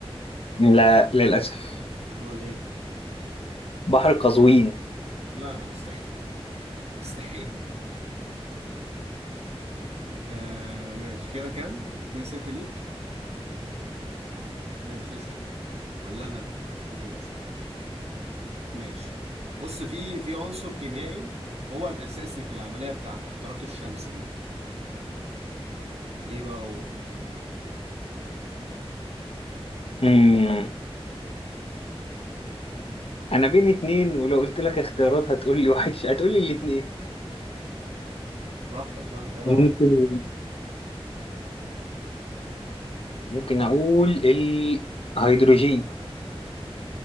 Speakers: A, on the left; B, on the right.
A: لا للأسف
B: امال ايه
A: بحر قزوين
B: لا ده مستحيل <laughs> مستحيل آه ماشي كده كام 2 0 ليك ماشي اسأل ولا أنا أنا اللي أسأل ماشي بص في في عنصر كيميائي هو الأساسي في العملية بتاعة احتراق الشمس دي إيه بقى هو؟
A: أه انا بين اتنين ولو قلت لك اختيارات هتقول لي واحد ش... هتقول لي الاتنين
B: براحتك بقى أنت إيه رأيك؟
A: ممكن ممكن اقول الهيدروجين